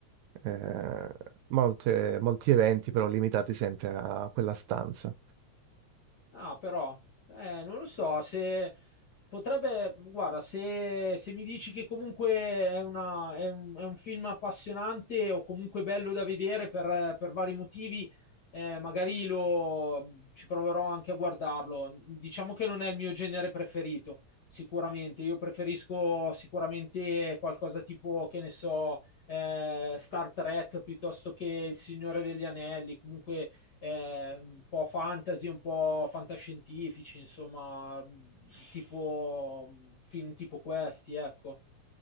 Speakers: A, on the right; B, on the left.
A: eh, molte- molti eventi però limitati sempre a quella stanza.
B: Ah, però, eh, non lo so, se potrebbe, guarda, se, se mi dici che comunque è, una- è un, è un film appassionante o comunque bello da vedere per, per vari motivi, eh, magari lo, ci proverò anche a guardarlo. Diciamo che non è il mio genere preferito, sicuramente. Io preferisco sicuramente qualcosa tipo, che ne so, eh, Star Trek piuttosto che Il Signore degli Anelli, comunque eh, un po' fantasy, un po' fantascientifici, insomma, mh, tipo mh, film tipo questi, ecco.